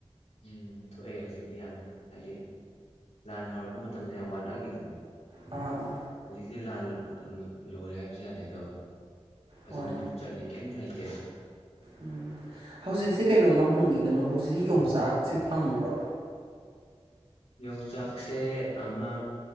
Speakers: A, on the left; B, on the right.
A: ꯎꯝ ꯊꯣꯛꯑꯦ ꯍꯧꯖꯤꯛꯇꯤ ꯌꯥꯝꯅ ꯍꯥꯏꯗꯤ ꯂꯥꯟ ꯍꯧꯔꯛꯄ ꯃꯇꯝꯗ ꯌꯥꯝ ꯋꯥꯟꯅꯒꯤꯗꯅ
B: ꯑꯥ
A: ꯍꯧꯖꯤꯛꯇꯤ ꯂꯥꯟ ꯀꯅꯣ ꯂꯣꯏꯔꯦ ꯍꯥꯏꯕꯁꯨ ꯌꯥꯗꯦꯗꯣ ꯐꯖꯅ
B: ꯍꯣꯏ
A: ꯑꯗꯨꯝ ꯆꯠꯂꯤ ꯀꯩꯝ ꯂꯩꯇꯦ
B: ꯎꯝ ꯍꯧꯖꯤꯛꯁꯦ ꯀꯩꯅꯣꯝꯃ ꯍꯪꯒꯦ ꯀꯅꯣ ꯍꯧꯖꯤꯛ ꯌꯣꯡꯆꯥꯛꯁꯤ ꯐꯪꯕ꯭ꯔꯣ
A: ꯌꯣꯡꯆꯥꯛꯁꯦ ꯑꯃ